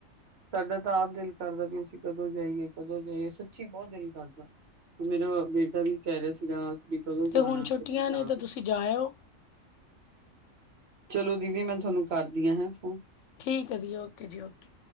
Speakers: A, on the right; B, on the left.
A: ਸਾਡਾ ਤਾਂ, ਆਪ ਦਿਲ ਕਰਦਾ ਵੀ, ਅਸੀਂ ਕਦੋਂ ਜਾਈਏ- ਕਦੋਂ ਜਾਈਏ, ਸੱਚੀ ਬਹੁਤ ਦਿਲ ਕਰਦਾ ਮੇਰਾ ਬੇਟਾ ਵੀ, ਕਹਿ ਰਿਹਾ ਸੀਗਾ, ਵੀ ਕਦੋਂ ਜਾਣਾ-
B: ਤੇ ਹੁਣ ਛੁੱਟੀਆਂ
A: ਕਦੋਂ ਜਾਣਾ
B: ਨੇ ਤਾਂ ਤੁਸੀਂ ਜਾਇਓ
A: ਚਲੋ ਦੀਦੀ, ਮੈਂ ਤੁਹਾਨੂੰ ਕਰਦੀ ਹ ਹੈ ਫੋਨ
B: ਠੀਕ ਹੈ ਜੀ, ਓਕੇ ਜੀ ਓਕੇ